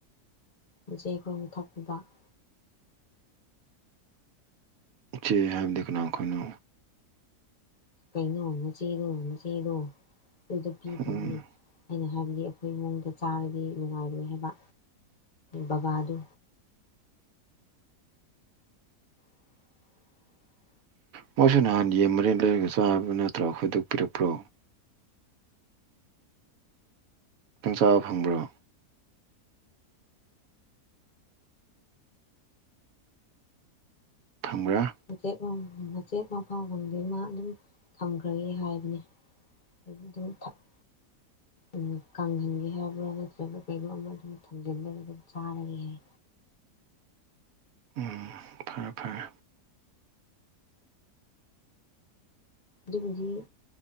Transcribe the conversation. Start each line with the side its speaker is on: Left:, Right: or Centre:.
Left: ꯑꯦ ꯑꯩꯈꯣꯏ ꯃ ꯊꯛꯄꯗ <inaudible>
Right: ꯢꯆꯦ ꯍꯥꯏꯕꯗꯤ ꯀꯅꯥ ꯑꯩꯈꯣꯏꯅ
Left: ꯀꯩꯅꯣ ꯑꯃꯃ ꯆꯦꯔꯣ ꯑꯃ ꯆꯦꯔꯣ ꯑꯗꯨꯗ ꯄꯤꯗꯗꯒꯤ
Right: ꯎꯝ
Left: ꯑꯩꯅ ꯍꯥꯏꯕꯗꯤ ꯑꯩꯈꯣꯏ ꯏ ꯃꯑꯣꯡꯗ ꯆꯥꯔꯗꯤ ꯅꯨꯡꯉꯥꯏꯔꯣꯏ ꯍꯥꯏꯕ ꯕꯕꯥꯗꯨ ꯎꯝ <inaudible>
Right: ꯃꯣꯏꯁꯨ ꯅꯍꯥꯟ ꯌꯦꯟ ꯃꯔꯤꯟ ꯂꯩꯔꯒ ꯆꯥꯕ ꯅꯠꯇ꯭ꯔ ꯈꯣꯏꯗꯄꯤꯔꯛꯄ꯭ꯔꯣ ꯅꯪ ꯆꯥꯕ ꯐꯪꯕ꯭ꯔꯣ ꯐꯪꯕ꯭ꯔꯥ
Left: ꯃꯆꯦꯠ ꯃꯆꯦꯠ ꯃꯐꯥꯎꯒꯨꯝꯗꯤꯃ ꯑꯗꯨꯝ ꯊꯝꯈ꯭ꯔꯒꯦ ꯍꯥꯏꯕꯅꯤ ꯍꯥꯏꯕꯨꯗꯨ ꯊ <inaudible> ꯎ ꯀꯪꯍꯟꯒꯦ ꯍꯥꯏꯔꯕ꯭ꯔꯥ ꯅꯠꯇ꯭ꯔꯒ ꯀꯩꯅꯣꯝ ꯑꯗꯨꯝ ꯊꯝꯖꯤꯟꯂꯔꯒ ꯆꯥꯔꯒꯦ ꯍꯥꯏ
Right: ꯎꯝ ꯐꯔꯦ ꯐꯔꯦ
Left: ꯑꯗꯨꯕꯨꯗꯤ